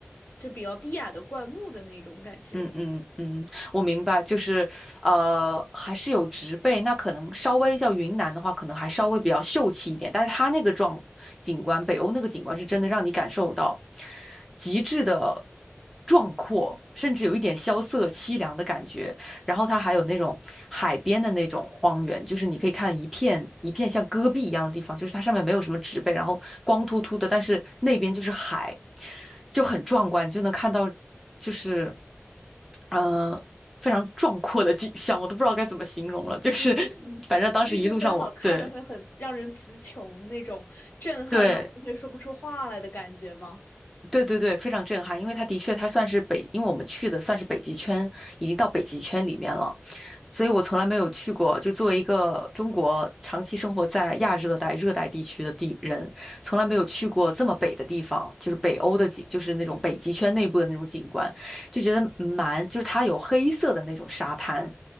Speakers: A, on the left; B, in the centre.
A: 就比较低矮的灌木的那种感觉。
B: 嗯嗯嗯，我明白，就是呃，还是有植被，那可能稍微叫云南的话，可能还稍微比较秀气一点，但是它那个壮景观，北欧那个景观是真的让你感受到极致的壮阔，甚至有一点萧瑟凄凉的感觉。然后它还有那种海边的那种荒原，就是你可以看一片一片像戈壁一样的地方，就是它上面没有什么植被，然后光秃秃的，但是那边就是海，就很壮观，你就能看到就是嗯，呃，非常壮阔的景象，我都不知道该怎么形容了，就是
A: 嗯，
B: <laughs> 反正当时一路上我对。
A: 就是会好看的，会很让人词穷那种震撼到完全说不出话来的感觉吗？
B: 对对对对，非常震撼，因为它的确它算是北，因为我们去的算是北极圈，已经到北极圈里面了，所以我从来没有去过。就作为一个中国长期生活在亚热带、热带地区的地人，从来没有去过这么北的地方，就是北欧的景，就是那种北极圈内部的那种景观。就觉得蛮，就是它有黑色的那种沙滩，